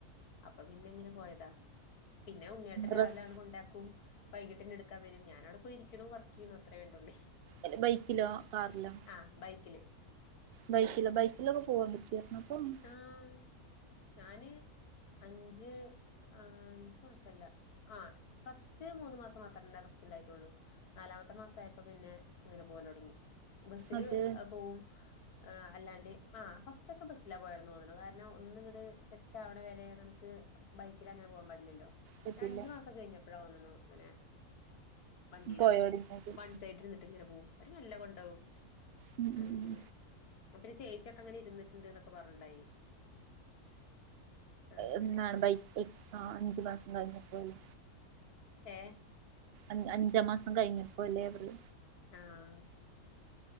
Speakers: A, on the left; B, on the right.
A: അപ്പൊ പിന്നെ എങ്ങനെ പോയതാ പിന്നെ ഉണ്ണ്യേട്ടൻ രാവിലെ
B: റസ്
A: അങ്ങ്ട് കൊണ്ടാക് കും വൈകിട്ടെന്നെ എടുക്കൻ വരും ഞാനവിടെ പോയി ഇരിക്കണുവർക്ക് ചെയ്യണു അത്രേ വേണ്ടുള്ളേ
B: എത് ബൈക്കിലോ കാറിലോ
A: ആ ബൈക്കില്
B: ബൈക്കില് ബൈക്കിലൊക്കെ പോവാൻ പറ്റോ എത്നപ്പം പോ
A: ആഹ് ഞാന് അഞ്ച് ആ അഞ്ചു മാസല്ല ആ ഫസ്റ്റ് മൂന്നു മാസം മാത്രേ തന്നെ അറസ്റ്റ് ഉണ്ടായിട്ടുള്ളു നാലാമത്തെ മാസ ആയപ്പോ പിന്നെ ഇങ്ങനെ പോല തുടങ്ങി ബസ്സില്
B: അത്
A: പോകും ആ അല്ലാണ്ട് ആ ഫസ്റ്റ് ഒക്കെ ബസ്സില പോയന്ന് തോന്നണു കാരണം ഒന്നും ഇങ്ങടെ സെറ്റ് ആവണ വരെ നമു ക്ക് ബൈക്കിൽ അങ്ങനെ പോകാൻ പാടില്ലല്ലോ പിന്നെ
B: പറ്റില്ല
A: അഞ്ചു മാസം കഴിഞ്ഞപ്പഴാന്നന്നു തോന്നുന്നു ഇങ്ങനെ വണ്ടിയിലാക്കിയത്
B: പോയോടിഞ്ഞതിൽ
A: വൺ സൈഡ് ഇരുന്നിട്ട് ഇങ്ങനെ പോകും അരു നല്ല കൊണ്ടോകും
B: ഉം
A: അങ്ങനെ
B: ഉം ഉം
A: അ പിന്നെ ചേച്ചിയൊക്കെ അങ്ങനെ ഇരുന്നിട്ടുണ്ട് ഒക്കെ പറഞ്ഞുണ്ടായി അങ്ങനെ
B: എന്താണ് ബൈക്ക് എട്ട അഞ്ചു മാസം കഴിഞ്ഞപ്പോലെ
A: ഏ
B: അഞ്ച് അഞ്ചാം മാസം കഴിഞ്ഞപ്പോ അല്ലേ അവര്
A: ആഹ്